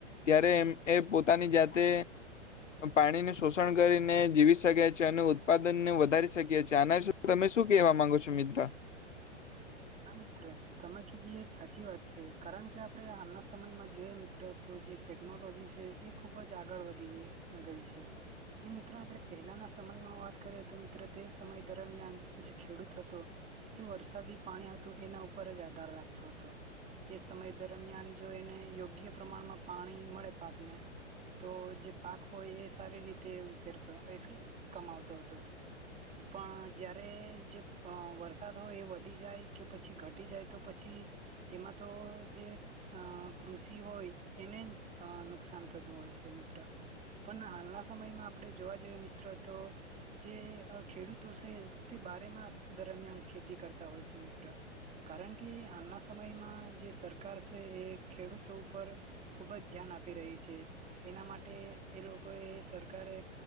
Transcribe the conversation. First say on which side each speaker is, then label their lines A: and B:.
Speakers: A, on the left; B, on the right.
A: ત્યારે એમ એ પોતાની જાતે પાણીનું શોષણ કરીને જીવી શક્યા છે અને ઉત્પાદનને વધારી શકી્યા છે આના વિ તમે શું કહેવા માંગો છો મિત્ર?
B: હા મિત્ર તમાકી દી એ સાચી વાત છે કારણ કે આપણે હાલના સમયમાં જોઈએ મિત્ર તો જે ટેકનોલોજી છે એ ખુબ જ આગળ વધી ગઈ છે ને મિત્રો આપણે પહેલાના સમયમાં વાત કરીએ તો મિત્ર તે સમય દરમિયાન જે ખેડૂત હતો એ વરસાદી પાણી હતું એના ઉપર જ આધાર રાખતો હતો, તે સમય દરમિયાન જો એને યોગ્ય પ્રમાણમાં પાણી મળે પાકને, તો જે પાક હોય એ સારી રીતે ઉછરતો એટલે કમાવતો હતો, પણ જયારે જે વરસાદ હોય એ વધી જાય કે પછી ઘટી જાય તો પછી, એમાં તો જે અ કૃષિ હોય એને નુકસાન થતું હોય છે મિત્ર, પણ હાલના સમયમાં આપણે જોવા જઈએ મિત્ર તો, જે ખેડૂતો છે તે બારે માસ દરમિયાન ખેતી કરતા ય છે મિત્ર, કારણ કે હાલના સમયમાં જે સરકાર છે એ ખેડૂતો ઉપર ખુબ જ ધ્યાન આપી રહી છે, એના માટે એ લોકો એ સરકારે